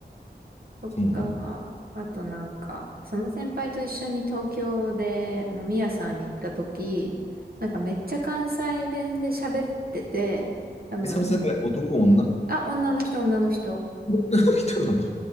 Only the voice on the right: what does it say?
とか、
あとなんか、その先輩と一緒に東京で飲み屋さんに行った時、なんかめっちゃ関西弁で喋ってて、多分、
あ、女の人、女の人。